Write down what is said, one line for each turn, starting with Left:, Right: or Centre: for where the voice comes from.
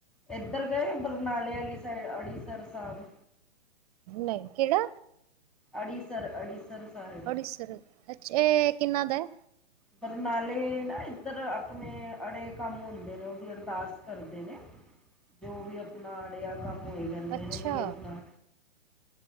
Centre: ਇੱਧਰ ਗਏ ਬਰਨਾਲੇ ਵਾਲੀ ਸਾਈਡ ਅੰੜ੍ਰਿਸਰ ਸਾਹਿਬ?
Right: ਨਹੀਂ ਕਿਹੜਾ?
Centre: ਆੜੀਸਰ ਅੜੀਸਰ। ਸਾਹਿਬ
Right: ਅਡੀਸਰ ਅੱਛਾ ਇਹ ਕਿੰਨਾ ਦਾ ਏ?
Centre: ਬਰਨਾਲੇ ਨਾ ਇੱਧਰ ਆਪਣੇ ਅੜੇ ਕੰਮ ਹੁੰਦੇ ਨੇ ਉਹਦੀ ਅਰਦਾਸ ਕਰਦੇ ਨੇ। ਜੋ ਵੀ ਆਪਣਾ, ਅੜੇਆ ਕੰਮ ਹੋਏ ਕਹਿੰਦੇ
Right: ਅੱਛਾ
Centre: ਨੇ ਵੀਈ ਆਪਣਾ।